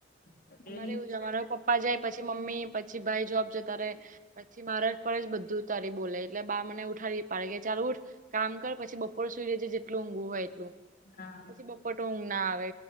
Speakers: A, on the left; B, on the right.
A: તો ડેરી
B: અમારે એવું.
A: છે
B: અમારા પપ્પા જાય પછી મમ્મી પછી ભાઈ જોબ જતા રહે. પછી મારે જ પણ જ બધું ઉતારી બોલે એટલે બા મને ઉઠાવી પડે કે ચાલ ઉઠ. કામ કર. પછી બપોરે સુઈ રહેેજે જેટલું ઊંઘું હોય એટલું.
A: હા.
B: બપટો ઊંઘ ના આવે